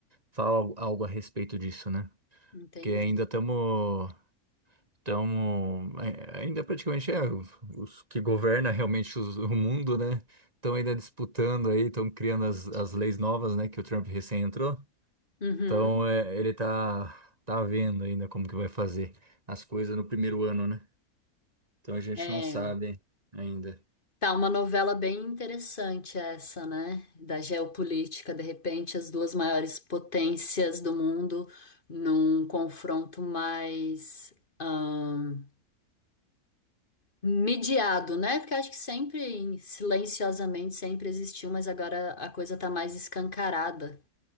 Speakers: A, on the right; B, on the left.
A: fala algo algo a respeito disso, né?
B: Entendi.
A: Porque ainda estamos. Então, ai- ainda praticamente é o- os que governa realmente os- o mundo, né? Estão ainda disputando aí, estão criando as, as leis novas, né? Que o Trump recém entrou.
B: Uhum.
A: Então, é, ele tá, tá vendo ainda como que vai fazer as coisas no primeiro ano, né? Então, a gente
B: É.
A: não sabe ainda.
B: Tá uma novela bem interessante essa, né? Da geopolítica, de repente, as duas maiores potências do mundo num confronto mais ahn, mediado, né? Porque acho que sempre, em- silenciosamente, sempre existiu, mas agora a coisa tá mais escancarada.